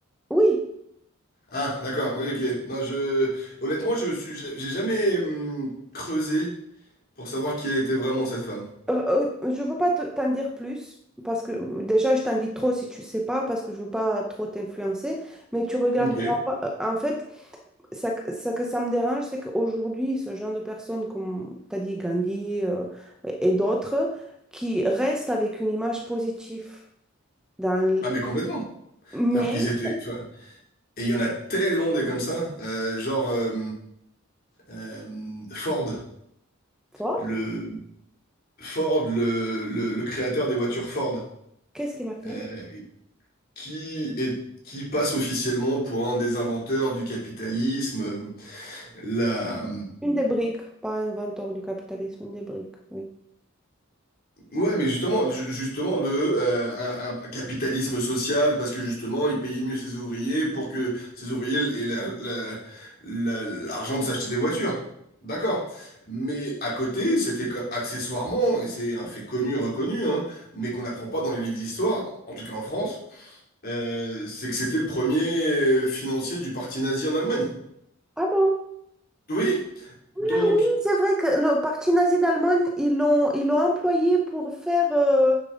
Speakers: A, in the centre; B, on the left (about 45°).
A: Oui,
B: Ah, d'accord, oui, ok. Non, je... Honnêtement, je suis... j'ai jamais hum, creusé pour savoir qui elle était vraiment, cette femme.
A: Euh, euh, je ne veux pas te- t'en dire plus parce que euh, déjà je t'en dis trop si tu sais pas parce que je veux pas trop t'influencer, mais tu regarderas
B: Ok.
A: pas. euh, En fait, Ça, que- ce que ça me dérange, c'est qu'aujourd'hui, ce genre de personnes, comme tu as dit, Gandhi euh, et et d'autres, qui restent avec une image positive dans le-
B: Ah mais complètement.
A: Mais,
B: Alors qu'ils étaient. enfin, et il y en a tellement des comme ça. Euh, genre euh, euh, Ford,
A: Ford,
B: le Ford, le, le- le créateur des voitures Ford,
A: qu'est-ce qu'il a fait?
B: euh, qui est qui passe officiellement pour un des inventeurs du capitalisme. Euh, La, euh,
A: Une des briques, pas inventeur du capitalisme, une des briques, oui.
B: Ouais, mais justement, ju- justement le euh, un, un capitalisme social parce que justement il payait mieux ses ouvriers pour que ses ouvriers aient la- la- la- l'argent de s'acheter des voitures. D'accord. Mais à côté, c'était que- accessoirement, et c'est un fait connu, reconnu, hein, mais qu'on n'apprend pas dans les livres d'histoire, en tout cas en France, euh, c'est que c'était le premier euh, financier du parti nazi en Allemagne.
A: Ah bon?
B: Oui. Donc
A: Ah oui, c'est vrai que le parti nazi d'Allemagne, ils l'ont ils l'ont employé pour faire... euh,